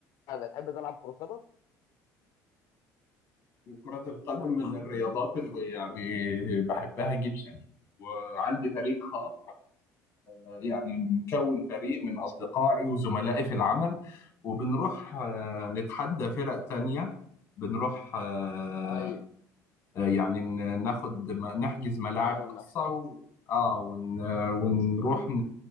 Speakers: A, on the left; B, on the left.
A: بتحب تلعب كرة قدم؟
B: كرة القدم من الرياضات اللي يعني بحبها جدا وعندي فريق خاص آه، يعني مكون فريق من أصدقائي وزملائي في العمل وبنروح آه، نتحدى فرق تانية بنروح آه،
A: ايوه
B: آه، يعني ن- ناخد م- نحجز ملاعب
A: تعملوا
B: خاصة
A: منافسات
B: و... اه ون... ونروح ن...